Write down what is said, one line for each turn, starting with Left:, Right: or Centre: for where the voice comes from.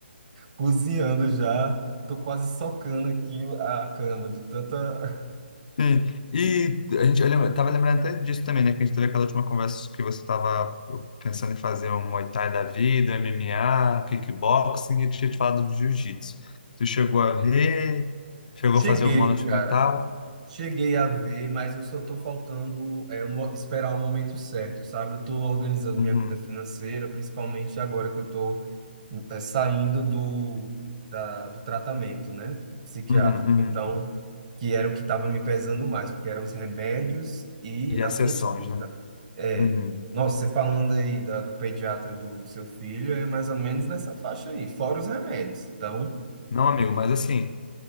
Right: cozinhando já. Tô quase socando aqui a cama de tanta.
Left: Sim, e a gente, eu lembra, tava lembrando até disso também, né? Que a gente teve aquela última conversa que você tava uh, pensando em fazer um Muay Thai da vida, MMA, kickboxing, e eu tinha te falado de jiu-jitsu. Tu chegou a ver,
Right: <laughs>
Left: chegou
Right: Cheguei,
Left: a fazer alguma aula de
Right: cara.
Left: metal
Right: Cheguei a ver, mas eu só estou faltando é, mo- esperar o momento certo, sabe? Eu estou organizando
Left: Uhum,
Right: minha vida financeira, principalmente agora que eu estou saindo do, da, do tratamento, né? Psiquiátrico.
Left: uhum, uhum.
Right: Então, que era o que estava me pesando mais, porque eram os remédios e
Left: E
Right: a
Left: as
Right: consulta.
Left: sessões, né?
Right: É,
Left: Uhum.
Right: nossa, você falando aí da, do pediatra do, do seu filho, é mais ou menos nessa faixa aí, fora os remédios. Então,
Left: Não, amigo, mas assim,